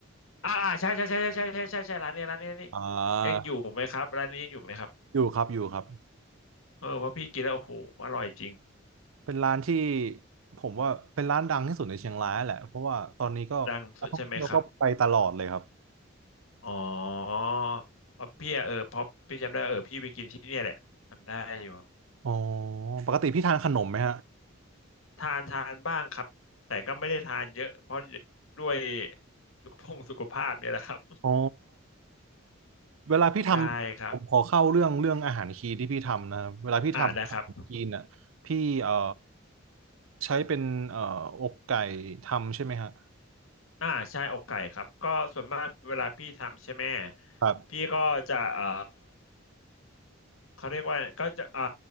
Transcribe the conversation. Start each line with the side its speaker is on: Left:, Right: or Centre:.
Left: อ่าอ่าใช่ใช่ใช่ใช่ใช่ใช่ใช่ใช่ร้านนี้ร้านนี้นี่
Right: อ่า
Left: ยังอยู่ไหมครับร้านนี้ยังอยู่ไหมครับ
Right: อยู่ครับอยู่ครับ
Left: เออเพราะพี่กินแล้วโอ้โหอร่อยจริง
Right: เป็นร้านที่ผมว่าเป็นร้านดังที่สุดในเชียงรายแหละเพราะว่าตอนนี้ก็นักท่องเที่ยวก็ไปตลอดเลยครับ
Left: ดังสุดใช่ไหมครับอ๋อเพราะพี่อะเออเพราะพี่จำได้เออพี่ไปกินที่เนี่ยแหละจำได้อยู่
Right: อ๋อปกติพี่ทานขนมไหมฮะ
Left: ทานทานบ้างครับแต่ก็ไม่ได้ทานเยอะเพราะด้วยสุขภงสุขภาพเนี่ยแหละครับ
Right: อ๋อเวลาพี่ทำผมขอเข้าเรื่องเรื่องอาหารคีนที่พี่ทำนะครับเวลาพี่ทำอาหารคีนน่ะพี่เอ่อ
Left: ใช่ครับอ่าได้ครับ
Right: ใช้เป็นเอ่ออกไก่ทำใช่ไหมฮะ
Left: อ่าใช่อกไก่ครับก็ส่วนมากเวลาพี่ทำใช่ไหม
Right: ครับ
Left: พี่ก็จะเอ่อ เขาเรียกว่าก็จะอ่า